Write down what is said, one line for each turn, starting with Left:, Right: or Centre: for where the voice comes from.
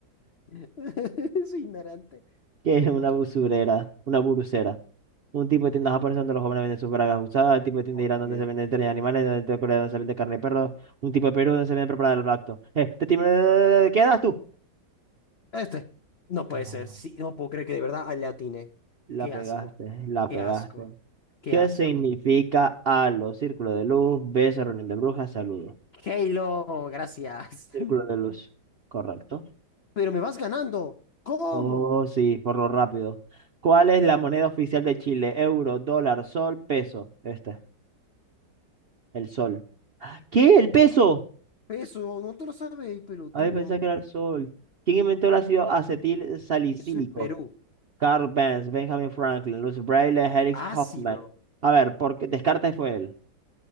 Left: <laughs> Soy ignorante.
Right: ¿Qué es una usurera? Una burucera. Un tipo de tienda japonesa donde los jóvenes venden sus bragas usadas. El tipo de tienda
Left: Oh,
Right: de Irán
Left: Dios
Right: donde
Left: mío.
Right: se venden trenes de animales. Donde el tipo de Corea donde se vende carne de perro. Un tipo de Perú donde se vende preparada el lacto. Eh, te tim- ¿Qué das tú?
Left: Este. No puede
Right: Ah,
Left: ser. Sí, no puedo creer que de verdad le atiné.
Right: La
Left: Qué
Right: pegaste,
Left: asco.
Right: la
Left: Qué
Right: pegaste.
Left: asco. Qué
Right: ¿Qué
Left: asco.
Right: significa halo? Círculo de luz, beso, reunión de brujas, saludo.
Left: Halo, gracias.
Right: Círculo
Left: <laughs>
Right: de luz. Correcto.
Left: Pero me vas ganando. ¿Cómo?
Right: Oh, sí, por lo rápido. ¿Cuál es la moneda oficial de Chile? Euro, dólar, sol, peso. Este, el sol. ¿Qué? ¿El peso?
Left: Eso no te lo sabéis, pelotudo.
Right: Ay, pensé que era el sol. ¿Quién inventó el ácido acetil salicílico?
Left: Eso es Perú.
Right: Carl Benz, Benjamin Franklin, Luis Braille, Felix
Left: Ácido.
Right: Hoffman. A ver, porque Descartes fue él.